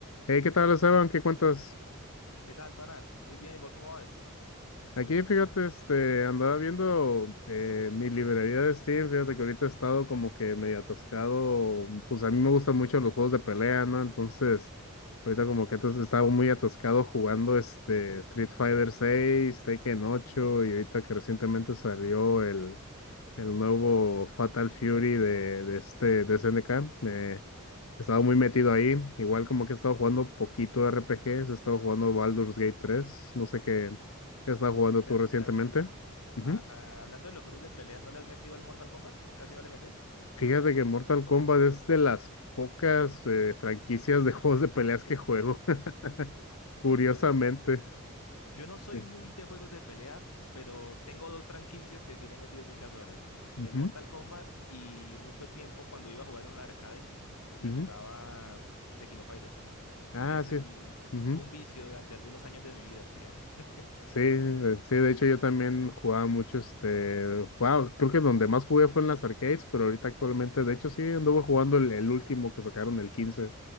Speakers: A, on the left; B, on the left.
A: Hey, ¿qué tal, Esteban? ¿Qué cuentas?
B: ¿Qué tal, pana? Muy bien, ¿y vos cómo vas?
A: Aquí, fíjate, este, andaba viendo eh, mi librería de Steam, fíjate que ahorita he estado como que medio atascado, pues a mí me gustan mucho los juegos de pelea, ¿no? Entonces, ahorita como que antes estaba muy atascado jugando este Street Fighter seis, Tekken ocho y ahorita que recientemente salió el, el nuevo Fatal Fury de, de este de SNK. Eh, he estado muy metido ahí. Igual como que he estado jugando poquito RPGs, he estado jugando Baldur's Gate tres No sé qué, qué has estado jugando
B: Y
A: tú
B: al,
A: recientemente.
B: y al-
A: Ujú.
B: ah, ah, hablando de los juegos de pelea, ¿no le has metido al Mortal Kombat? ¿Casi no le metes?
A: Fíjate que Mortal Kombat es de las pocas eh, franquicias de <laughs> juegos de peleas que juego. <laughs> Curiosamente.
B: Mm. Yo no soy
A: Sí.
B: muy de juegos de pelea, pero tengo dos franquicias que sí le he metido muchas horas.
A: Ujú,
B: El Mortal Kombat y mucho tiempo cuando iba a jugar en un arcade y
A: ujú.
B: jugaba Tekken Fighter.
A: Ah,
B: Ese
A: sí.
B: sí
A: Ujú.
B: fue un vicio durante algunos años de mi vida, creo. <laughs>
A: Sí, eh, sí, de hecho yo también jugaba mucho este, wow, creo que donde más jugué fue en las arcades, pero ahorita actualmente, de hecho sí, anduve jugando el, el último que sacaron, el 15,